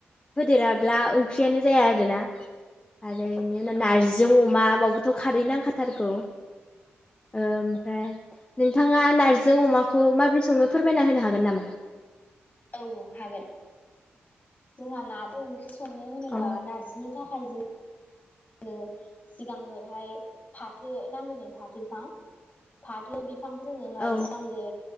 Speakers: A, on the left; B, on the left.
A: होदेराब्ला ओंख्रियानो जाया आरोना। आरो इनि उनाव नार्जि
B: औ
A: जों अमा बाव बोथ' खारैनांखा थारखौ ओ ओमफ्राय नोंथाङा नार्जिजों अमाखौ माबोरै सङो फोर फोरमायना होनो हागोन नामा?
B: औ औ हागोन। जोंहा नादों ख्रि संनो होनोबा
A: अ
B: नार्जिनि थाखा खाय जों नो सिगांगोरहाय फाथो नांगोगोन फाथो बिफां फाथो बि फांखौ जोङोहाय
A: औ
B: सि सांगो